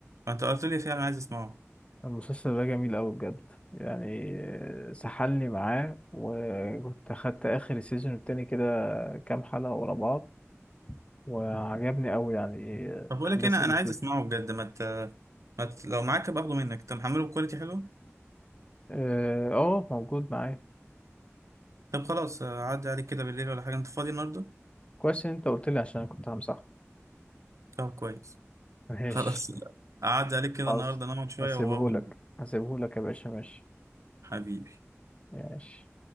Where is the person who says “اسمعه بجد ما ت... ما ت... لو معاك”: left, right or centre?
Right